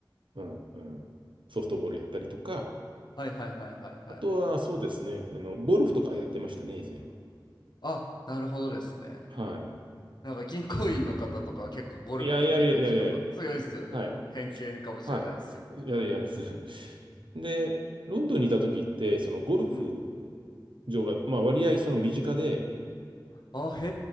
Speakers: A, on the right (about 85°); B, on the left (about 60°).
A: うんうん、ソフトボールやったりとか、
B: はいはいはいはいはい。
A: あとはそうですね、あの、ゴルフとかやってましたね、以前は。
B: あ、なるほどですね。
A: はい。
B: なんか銀行員の方とかは結構ゴルフのイメージやっぱ強いですよね。
A: いや、やるやるやるやる。はい。
B: 偏見かもしれないですけど。
A: はい。やるやる。
B: うん。
A: <laughs> で、ロンドンにいた時って、そのゴルフ
B: うん。
A: 場が、まあ割合その身近で、
B: あ、へ